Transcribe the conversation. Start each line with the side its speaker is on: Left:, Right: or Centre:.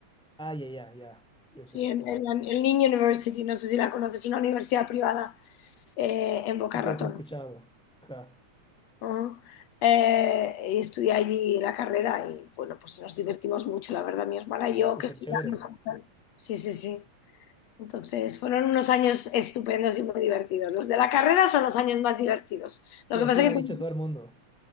Centre: Ah, ya, ya, ya, ya sé.
Left: sí, en, en la- en Lee University, no sé si la conoces, una universidad privada eh, en Boca
Centre: Sí, creo
Left: Ratón.
Centre: que he escuchado. Ajá.
Left: Ah, eh, y estudié allí la carrera y bueno, pues nos divertimos mucho, la verdad, mi hermana
Centre: Ah,
Left: y yo
Centre: súper
Left: que estudiamos
Centre: chévere.
Left: juntas. Sí, sí, sí. Entonces, fueron unos años estupendos y muy divertidos. Los de la carrera son los años más divertidos.
Centre: Sí,
Left: Lo que
Centre: así
Left: pasa
Centre: me
Left: que,
Centre: ha dicho
Left: lo
Centre: todo el mundo.